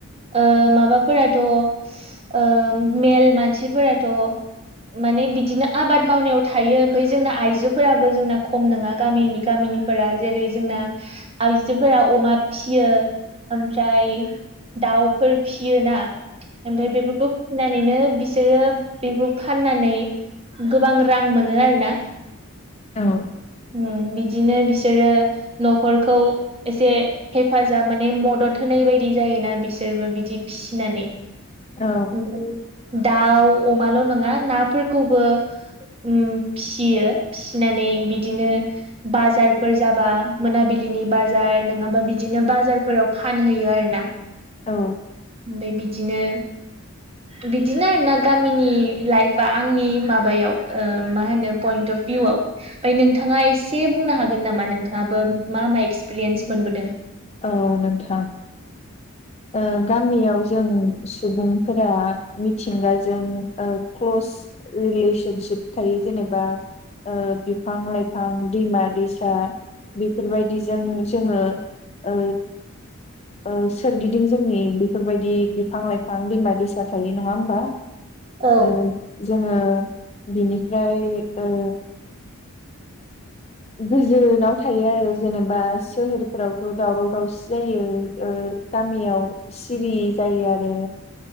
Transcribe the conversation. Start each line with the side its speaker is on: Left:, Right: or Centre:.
Right: ओ माबाफोराथ' ओ मेल मानसिफोराथ' माने बिदिनो आबाद मावनायाव थायो ओमफ्राय जोंना आइजोफोराबो जोंना खम नङा गामिनि गामिनि फोरा जेरै जोंना आइजोफोरा अमा फियो ओमफ्राय दाउफोर फिसियोना ओमफ्राय बेफोरखौ फिनानैनो बिसोरो बेखौ फाननानै गोबां रां मोनो आरो ना
Left: औ
Right: उम बिदिनो बिसोरो न'खरखौ एसे हेफाजाब माने मदद होनाय बायदि जायोना बिसोरबो बिदि फिसिनानै
Left: औ
Right: ओमफ्राय दाउ अमाल' नङा नाफोरखौबो उम फिसियो फिसिनानै बिदिनो बाजारफोर जाबा मोनाबिलिनि बाजार नङाबा बिदि बिदिनो बाजारफोराव फानहैयो आरो ना
Left: औ
Right: ओमफ्राय बिदिनो
Left: <inaudible>
Right: बिदिनो आरोना गामिनि लाइफआ आंनि माबायाव ओ मा होनो पइन्ट अफ भिउआव ओमफ्राय नोंथाङा एसे बुंनो हागोन नामा नोंथाङाबो मा मा एक्सपिरियेन्स मोनबोदों?
Left: औ नोंथां ओ गामियाव जों सुबुंफोरा मिथिंगाजों ओ क्ल'स रिलेसनसिप थायो जेनेबा ओ बिफां लाइफां दैमा दैसा बेफोरबायदिजों जोङो ओ ओ सोरगिदिं जोंनि बेफोरबायदि बिफां लाइफां दैमा दैसा थायो नङा होमबा?
Right: औ
Left: ओ जोङो बिनिफ्राय ओ गोजोनाव थायो आरो जेनेबा सोहोरफोराव दावराव दावसि जायो ओ गामियाव सिरि जायो आरो